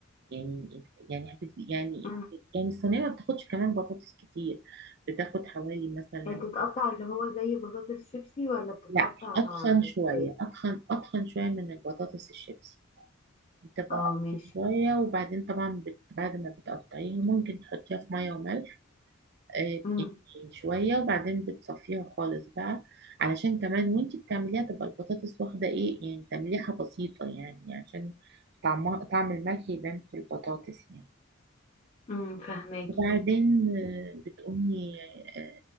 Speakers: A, on the right; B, on the left.
A: يعني يعني حبيت يعني
B: أمم.
A: يعني الصينية ما بتاخدش كمان بطاطس كتير بتاخد حوالي مثلا
B: هي بتتقطع اللي هو زي بطاطس شيبسي ولا بتتقطع
A: لا أتخن شوية
B: ازاي
A: أتخن أتخن شوية من البطاطس الشيبسي بتبقى
B: اه
A: أتخن
B: ماشي
A: شوية وبعدين طبعا بت- بعد ما بتقطعيها ممكن تحطيها في مية وملح آه،
B: امم
A: شوية وبعدين بتصفيها خالص بقى علشان كمان وانتي بتعمليها تبقى البطاطس واخدة ايه يعني تمليحة بسيطة يعني عشان طعمها طعم الملح يبان في البطاطس يعني
B: امم فهماكي
A: وبعدين آه، بتقومي آه،